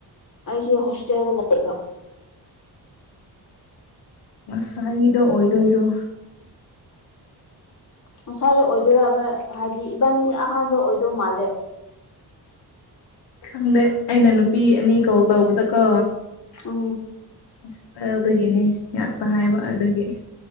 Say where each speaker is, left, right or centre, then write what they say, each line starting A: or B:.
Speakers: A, on the left; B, on the left.
A: ꯑꯁꯤꯦ ꯍꯁꯦ ꯂꯩꯕ
B: ꯉꯁꯥꯏꯒꯤꯗꯣ ꯑꯣꯏꯗꯣꯏꯔꯣ
A: ꯉꯁꯋꯥꯏꯗ ꯑꯣꯏꯗꯣꯏꯔꯕ ꯍꯥꯏꯗꯤ ꯏꯕꯥꯟ ꯑꯍꯥꯟꯕ ꯑꯣꯏꯗꯧ ꯃꯥꯜꯂꯦ
B: ꯈꯪꯗꯦ ꯑꯩꯅ ꯅꯨꯄꯤ ꯑꯅꯤ ꯀꯣꯜ ꯇꯧꯕꯗꯀꯣ
A: ꯎ
B: ꯑꯁ ꯑꯗꯨꯗꯒꯤꯅꯦ ꯉꯠꯄ ꯍꯥꯏꯕ ꯑꯗꯨꯒꯤ